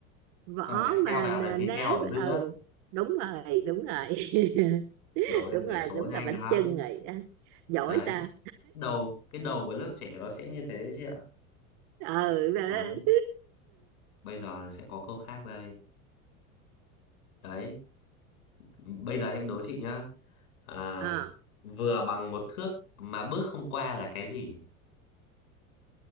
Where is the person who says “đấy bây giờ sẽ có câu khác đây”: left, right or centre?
Left